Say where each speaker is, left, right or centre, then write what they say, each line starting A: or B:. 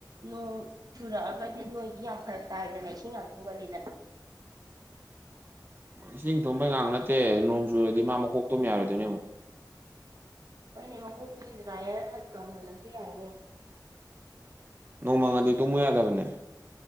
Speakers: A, on the right; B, on the right.
A: ꯅꯣꯡ ꯆꯨꯔꯛꯑꯒꯗꯤ ꯅꯣꯏꯗꯤ ꯌꯥꯝ ꯐꯔꯛ ꯇꯥꯏꯗꯅ ꯏꯁꯤꯡ ꯌꯥꯝ ꯊꯨꯝꯒꯜꯂꯤꯗꯅ
B: ꯏꯁꯤꯡ ꯊꯨꯝꯕꯩ ꯉꯥꯛ ꯅꯠꯇꯦ ꯅꯣꯡ ꯆꯨꯔꯗꯤ ꯃꯥ ꯃꯀꯣꯛ ꯇꯨꯝꯕ ꯌꯥꯔꯣꯏꯗꯣꯏꯅꯦ ꯑꯃꯨꯛ
A: ꯍꯣꯏꯅꯦꯕ ꯃꯀꯣꯛ ꯇꯨꯗꯤ ꯗ꯭ꯌꯥꯔ ꯐꯠ ꯀꯪꯍꯜꯂꯁꯤ ꯌꯥꯏꯅꯦ
B: ꯅꯣꯡꯃꯥꯡꯉꯗꯤ ꯇꯨꯝꯃꯨ ꯌꯥꯗꯕꯅꯦ